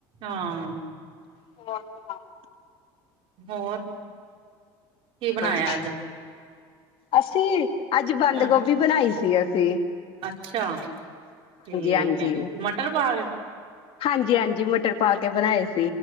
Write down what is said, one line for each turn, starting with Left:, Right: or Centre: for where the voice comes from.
Right: ਹਾਂ।
Left: ਹੋਰ ਸੁਣਾਓ।
Right: ਹੋਰ ਕੀ ਬਣਾਇਆ
Left: ਹਾਂਜੀ
Right: ਅੱਜ
Left: ਅਸੀਂ ਅੱਜ
Right: ਹਮ
Left: ਬੰਦ ਗੋਭੀ ਬਣਾਈ ਸੀ ਅਸ ਤੇ।
Right: ਅੱਛਾ। ਠੀਕ
Left: ਹਾਂਜੀ
Right: ਹੈ ਮਟਰ ਪਾ ਕ
Left: ਹਾਂਜੀ, ਹਾਂਜੀ। ਮਟਰ ਪਾ ਕੇ ਬਣਾਏ ਸੀ।